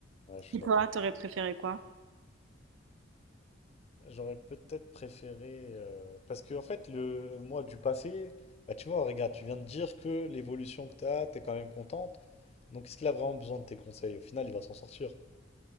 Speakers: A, on the left; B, on the right.
A: Ouais, je suis
B: Et
A: d'accord.
B: toi, t'aurais préféré quoi?
A: J'aurais peut-être préféré. euh, Parce que, en fait, le moi du passé, bah, tu vois, regarde, tu viens de dire que l'évolution que tu as, tu es quand même contente. Donc, est-ce qu'il a vraiment besoin de tes conseils? Au final, il va s'en sortir.